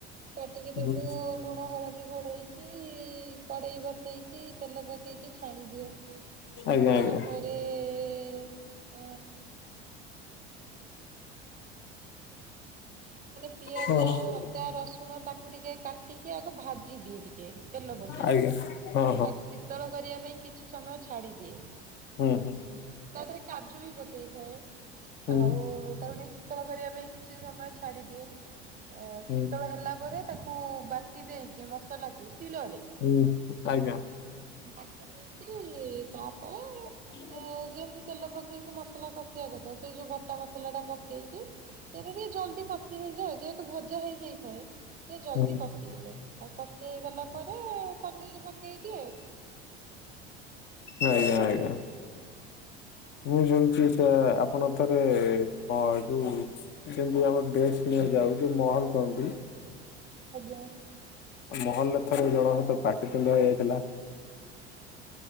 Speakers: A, on the right; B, on the left.
A: କାଟିକି ତାକୁ
B: ହୁଁ,
A: ଲୁଣ ହଳଦୀ ଗୋଳେଇକି କଡେଇ ବସେଇଲି ତେଲ ପାକେଇକି ଛାଣିଦିଏ।
B: ଆଜ୍ଞା
A: ତାପରେ
B: ଆଜ୍ଞା।
A: ଏଏଏ। ଏ ପିଆଜ,
B: ହଁ
A: ଅଦା, ରସୁଣ ତାକୁ ଟିକେ କାଟିକି ଆଗ ଭାଜି ଦିଏ ଟିକେ। ଏ ତେଲ ପକେଇକି,
B: ଆଜ୍ଞା ହଁ ହଁ
A: ତାକୁ ଶୀତଳ କରିବା ପାଇଁ କିଛି ସମୟ ଛାଡିଦିଏ।
B: ହୁଁ ହୁଁ।
A: ତା ଦେହରେ କାଜୁ ବି ପକେଇଥାଏ।
B: ହୁଁ
A: ଆଉ ତାକୁ ଟିକେ ଶୀତଳ କରିବାକୁ କିଛି ସମୟ ଛାଡ଼ି ଦିଏ। ଏ
B: ହୁଁ।
A: ଶୀତଳ ହେଲା ପରେ ତାକୁ ବାଟି ଦେଇକି ମସଲାକୁ ଶିଳରେ।
B: ହୁଁ <unintelligible>
A: ବାଟି ଦେଇକି ତା
B: <inaudible>
A: ହଁ ଯେମିତି ତେଲ ପକେଇକି ମସଲା କଷିବା କଥା ସେଇ ଯୋଉ ବଟା ମସଲା ଟା ପକେଇକି ସେଇଟା ଟିକେ ଜଲଦି କଷି ହେଇଯାଏ ଯେହେତୁ ଭଜା ହେଇଯାଇଥାଏ ଟିକେ ଜଲଦି
B: ହୁଁ
A: କଷି ହେଇଯାଏ। ଆଉ କଷି ହେଇଗଲା। ପରେ ପନିର ପକେଇ ଦିଏ
B: ଆଜ୍ଞା ଆଜ୍ଞା। <inaudible> ମୁଁ ଶୁଣୁଛି ଆଁ ଆପଣ ଥରେ କଣ ଯୋଉ ଯେମତି ଆମର଼ ଡେ <unintelligible> ଯାଉ ଯେଉ ମହଲ କହନ୍ତିି।
A: ଆଜ୍ଞା ହଁ
B: ମହଲରେ ତ ଜଣକ ସହିତ ପାଟି ତୁଣ୍ଡ ହେଇଥିଲା।